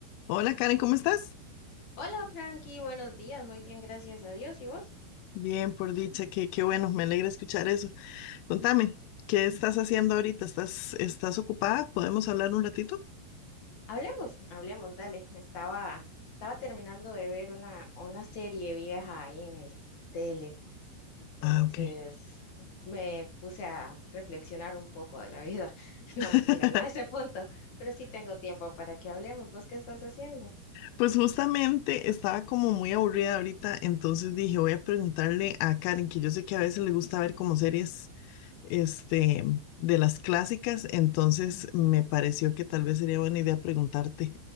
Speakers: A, on the left (about 85°); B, on the left (about 50°).
A: Hola Karen, ¿cómo estás?
B: Hola Frankie, buenos días, muy bien, gracias a Dios. ¿Y vos?
A: Bien, por dicha, qué, qué bueno, me alegra escuchar eso. Contame, ¿qué estás haciendo ahorita? ¿Estás, estás ocupada? ¿Podemos hablar un ratito?
B: Hablemos, hablemos, dale. Estaba, estaba terminando de ver una, una serie vieja ahí en el tele, entonces
A: Ah, ok.
B: me puse a reflexionar un poco de la vida. <laughs> No
A: <laughs>
B: mentira, no a ese punto, pero sí tengo tiempo para que hablemos. ¿Vos qué estás haciendo?
A: Pues justamente estaba como muy aburrida ahorita, entonces dije, voy a preguntarle a Karen, que yo sé que a veces le gusta ver como series este, de las clásicas, entonces me pareció que tal vez sería buena idea preguntarte